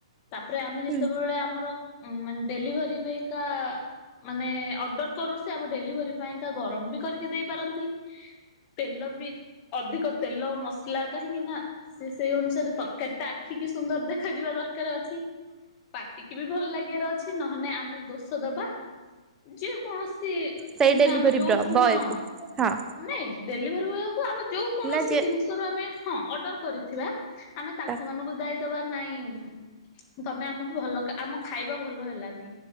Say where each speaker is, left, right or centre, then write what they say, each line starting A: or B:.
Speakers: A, on the left; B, on the right.
A: ତା ପରେ ଆମେ ଯେତେବେଳେ
B: ହୁଁ
A: ଆମର ମାନେ ଡେଲିଭରି ପାଇଁକା ମାନେ ଅର୍ଡର କରୁ। ସେ ଆମ ଡେଲିଭରି ପାଇଁକା ଗରମ ବି କରିକି ଦେଇ ପାରନ୍ତି। ତେଲ ବି ଅଧିକ ତେଲ ମସଲା କାହିଁକି ନା ସେ ସେଇ ଅନୁସାରେ ତରକାରୀ ଟା ଆଖିକି ସୁନ୍ଦର ଦେଖାଯିବା ଦରକାର ଅଛି। ପାଟିକି ବି ଭଲ ଲାଗିବାର ଅଛି ନ ହେଲେ ଆମେ ଦୋଷ ଦବା। ଯେ କୌଣସି
B: ସେଇ
A: ମାନେ
B: ଡେଲିଭରି
A: ଆମେ ଯୋଉଥିରୁୁ
B: ବ୍ର ବୟ
A: ବି। ହଁ।
B: କୁ ହଁ
A: ନାଇଁ ଡେଲିଭରି ବେଳକୁ ଆମେ ଯୋଉ କୌଣସି
B: ନା ଯେ
A: ଜିନିଷରୁ ଆମେ ହଁ ଅର୍ଡର କରିଥିବା ଆମେ ତାଙ୍କ
B: ତା
A: ମାନଙ୍କୁ ଦାୟୀ ଦବା ନାଇଁ। ତମେ ଆମକୁ ଭଲ ଆମ ଖାଇବା ଭଲ ହେଲାନି।